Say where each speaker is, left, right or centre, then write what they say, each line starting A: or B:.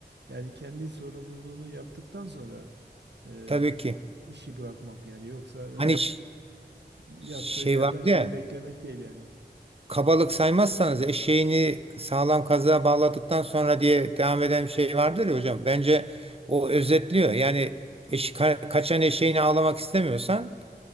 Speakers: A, on the right; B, on the right.
A: yani kendi sorumluluğunu yaptıktan sonra e,
B: Tabii ki.
A: işi bırakmak yani yoksa öyle
B: Hani ş-
A: yattığı
B: şey
A: yerden
B: vardı
A: şeyi
B: ya.
A: beklemek değil yani.
B: Kabalık saymazsanız eşeğini sağlam kazığa bağladıktan sonra diye devam eden bir şey vardır ya hocam. Bence o özetliyor. Yani eş- ka- kaçan eşeğini ağlamak istemiyorsan